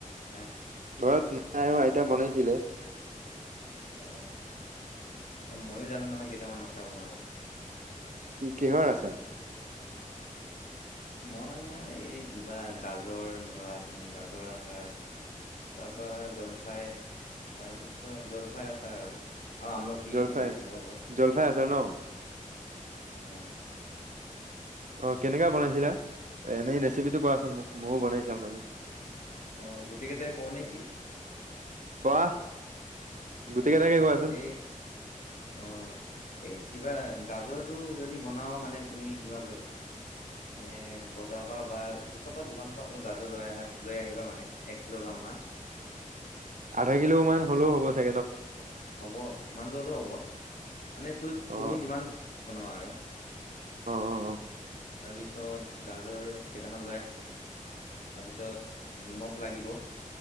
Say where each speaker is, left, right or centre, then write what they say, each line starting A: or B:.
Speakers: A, on the left (about 70°); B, on the right (about 70°).
A: নাই,
B: ঘৰত। আই আৰু আইতা বনাইছিলে।
A: অ অ ময়ো জানো নহয় কেইটামান আচাৰ বনাব।
B: কি কিহৰ আছাৰ।
A: মই এই কিবা গাজৰ ধৰা তুমি গাজৰ আচাৰ। তাৰ পা জলফাই তাৰপিছত জলফাই আছাৰ আৰু। অ আমলখি
B: জলফাই
A: মানে
B: আচাৰ
A: সেনেকুৱাবোৰ।
B: জলফাই আচাৰ ন
A: অ।
B: অ কেনেকা বনাইছিলা? এনেই ৰেচিপিটো কোৱাচোন মোক মইও বনাই চাম মানে।
A: অ গোটেইকেইটাই কওঁ নে কি?
B: কোৱা। গোটেই
A: অ
B: কেইটাকে কোৱাচোন
A: এই অহ এ। কিবা গাজৰটো যদি বনাও মানে তুমি কিবা কৰিবা। মানে বজাৰৰ পৰা বা ওচৰ পৰা দোকানৰ পৰা হ'লেওঁ গাজৰ লৈ আহ লৈ আহিবা মানে এক কিলোগ্ৰাম মান। <unintelligible>
B: আধা কিলো মান হ'লেও হ'ব ছা।
A: অ হ'ব সিমানটোৰ হলেও হ'ব মানে তো
B: অ
A: তুমি যিমান। বনোৱ আৰু।
B: অ অ।
A: তাৰপিছত গাজৰ কেইটামান লৈ। তাৰপিছত নিমখ লাগিব।